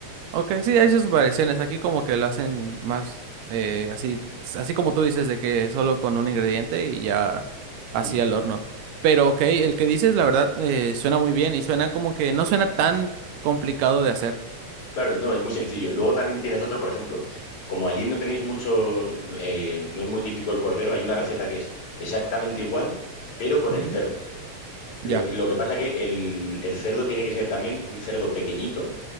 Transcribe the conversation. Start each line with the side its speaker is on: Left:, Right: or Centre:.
Right: Ok, sí, hay sus variaciones. Aquí como que lo hacen más eh, así, así como tú dices, de que solo con un ingrediente y ya así
Left: Mm,
Right: al horno. Pero ok, el que dices, la verdad, eh, suena muy bien y suena como que no suena tan complicado de hacer.
Left: Claro, no, es muy sencillo. Luego también tienes otro, por ejemplo, como allí no tenéis mucho, eh, no es muy típico el cordero, hay una receta que es exactamente igual, pero con
Right: Ujú,
Left: el cerdo.
Right: Ya.
Left: Lo, lo que pasa que el, el cerdo tiene que ser también un cerdo pequeñito